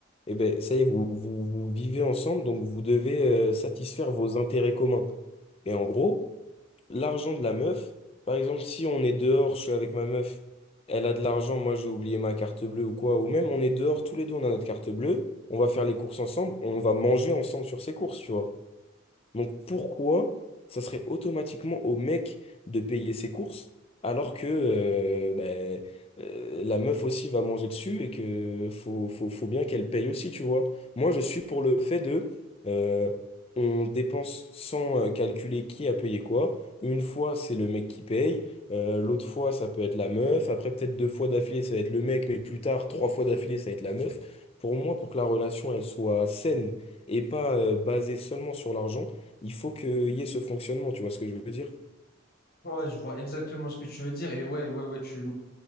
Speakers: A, on the left; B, on the left.
A: eh ben, ça y est, vous, vous, vous vivez ensemble, donc vous devez euh, satisfaire vos intérêts communs. Et en gros, l'argent de la meuf, par exemple, si on est dehors, je suis avec ma meuf, elle a de l'argent, moi j'ai oublié ma carte bleue ou quoi, ou même on est dehors, tous les deux on a notre carte bleue, on va faire les courses ensemble, on va manger ensemble sur ces courses, tu vois. Donc pourquoi ça serait automatiquement au mec de payer ses courses alors que euh, ben, euh, la meuf aussi va manger dessus et que faut, faut, faut bien qu'elle paye aussi, tu vois. Moi, je suis pour le fait de euh, on dépense sans euh, calculer qui a payé quoi. Une fois, c'est le mec qui paye. euh, l'autre fois, ça peut être la meuf. Après, peut-être deux fois d'affilée, ça va être le mec, mais plus tard, trois fois d'affilée, ça va être la meuf. Pour moi, pour que la relation, elle soit saine et pas euh, basée seulement sur l'argent, il faut qu'il y ait ce fonctionnement, tu vois ce que je veux dire?
B: Ouais, je vois exactement ce que tu veux dire, et ouais, ouais, ouais, tu,